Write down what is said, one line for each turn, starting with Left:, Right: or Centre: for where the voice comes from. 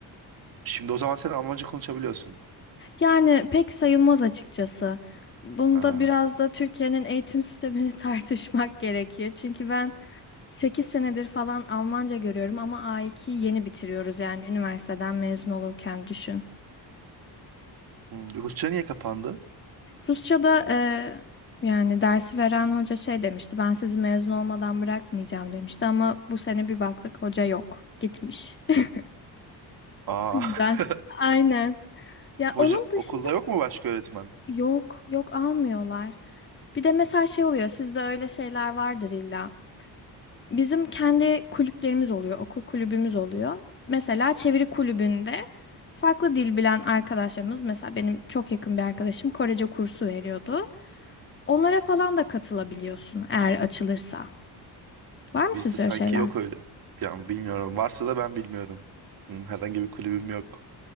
Right: Şimdi o zaman sen Almanca konuşabiliyorsun.
Left: Yani pek sayılmaz açıkçası. Bunda
Right: Ha.
Left: biraz da Türkiye'nin eğitim sistemini <laughs> tartışmak gerekiyor. Çünkü ben 8 senedir falan Almanca görüyorum ama A2'yi yeni bitiriyoruz yani üniversiteden mezun olurken düşün.
Right: Hmm, Rusça niye kapandı?
Left: Rusça'da e, yani dersi veren hoca şey demişti ben sizi mezun olmadan bırakmayacağım demişti ama bu sene bir baktık hoca yok gitmiş. <laughs>
Right: Aa.
Left: O yüzden
Right: <laughs>
Left: aynen ya
Right: Hoca
Left: onun dışında
Right: okulda yok mu başka öğretmen?
Left: yok yok almıyorlar. Bir de mesela şey oluyor sizde öyle şeyler vardır illa. Bizim kendi kulüplerimiz oluyor, okul kulübümüz oluyor. Mesela çeviri kulübünde farklı dil bilen arkadaşlarımız, mesela benim çok yakın bir arkadaşım Korece kursu veriyordu. Onlara falan da katılabiliyorsun eğer açılırsa.
Right: Bizde
Left: Var mı sizde
Right: sanki
Left: öyle şeyler?
Right: yok öyle. Yani bilmiyorum. Varsa da ben bilmiyorum. Benim herhangi bir kulübüm yok.